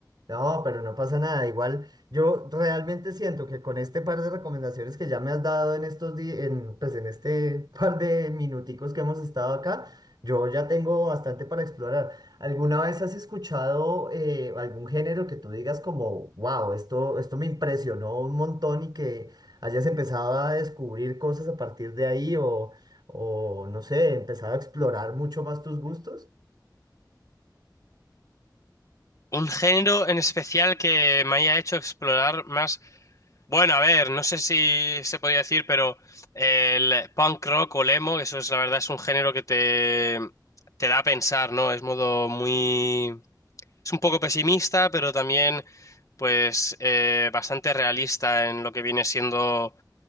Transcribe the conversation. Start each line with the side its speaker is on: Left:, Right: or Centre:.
Right: No, pero no pasa nada. Igual yo realmente siento que con este par de recomendaciones que ya me has dado en estos días, en, pues en este <laughs> par de minuticos que hemos estado acá, yo ya tengo bastante para explorar. ¿Alguna vez has escuchado eh, algún género que tú digas como, wow, esto, esto me impresionó un montón y que hayas empezado a descubrir cosas a partir de ahí o, o no sé, empezado a explorar mucho más tus gustos?
Left: Un género en especial que me haya hecho explorar más. Bueno, a ver, no sé si se podía decir, pero el punk rock o el emo, eso es la verdad, es un género que te, te da a pensar, ¿no? Es modo muy... Es un poco pesimista, pero también, pues, eh, bastante realista en lo que viene siendo